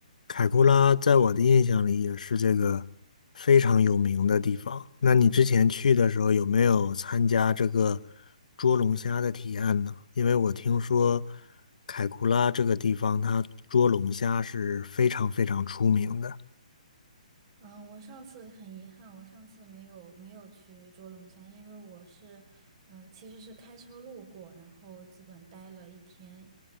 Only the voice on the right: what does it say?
嗯，我上次很遗憾，我上次没有没有去捉龙虾，因为我是，嗯，其实是开车路过，然后基本待了一天，